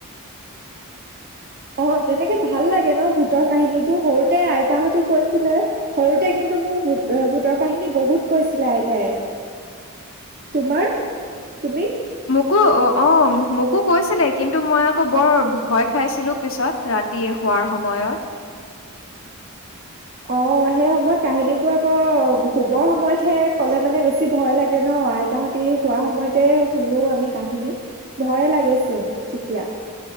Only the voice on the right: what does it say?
<inaudible> অ তেনেকে ভাল লাগে ন। ভূতৰ কাহিনীবোৰ সৰুতে আইতাহতি কৈছিলে। সৰুতে কিন্তু কিন্তু মোৰুত ভুটৰ কাহিনী বহুত কৈছিলা আইতাই তোমাৰ তুমি
<inaudible> অ সেই সময়ত কাহিনীবোৰ আকৌ শুবৰ সময়তহে কলে মানে বেছি ভয় লাগে ন। অ আইতাহতি হোৱা সময়তে শুনো আমি কাহিনী ভয়ে লাগেচোন তেতিয়া।